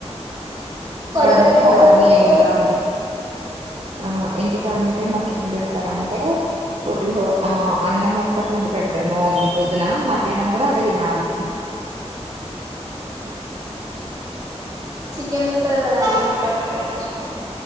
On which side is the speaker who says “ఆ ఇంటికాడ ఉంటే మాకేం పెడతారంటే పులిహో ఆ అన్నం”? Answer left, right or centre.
Right